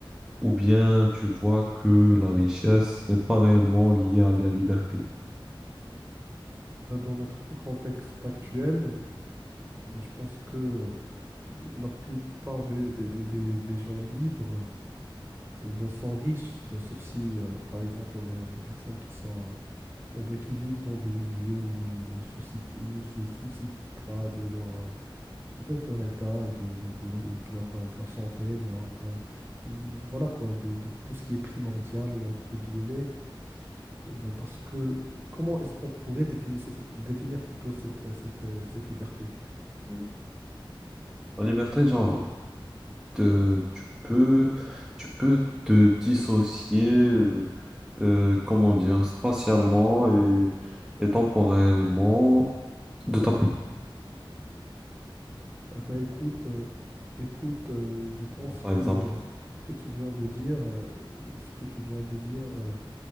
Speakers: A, in the centre; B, on the right.
A: ou bien tu vois que la richesse n'est pas réellement liée à la liberté?
B: Ben, dans notre contexte actuel, ben, je pense que euh, la plupart des, des- des- des- des gens libres euh, ben, sont riches, ben, sauf si, euh, par exemple, on est des personnes qui sont... euh, euh, bah, qui vivent dans des milieux où ils ne soucient, ils ne se soucient pas de leur, euh, bah, de leur état, de, de, de-
A: Mhm.
B: de- de leur, euh, de leur santé, de leur, euh, de- voilà quoi, de, de tout ce qui est primordial, entre guillemets. Euh, bah, parce que comment est-ce qu'on pourrait définir, cette, définir plutôt cette, euh, cette, euh, cette liberté?
A: Mhm. La liberté, genre, te- tu peux, tu peux te dissocier, euh, euh, comment dire, spatialement et, et temporellement de ta position. actuelle. Tu peux quitter,
B: Eh ben, écoute, euh, écoute, euh, je pense
A: comment, par exemple.
B: que ce que tu viens de dire, euh, ce que tu viens de dire euh,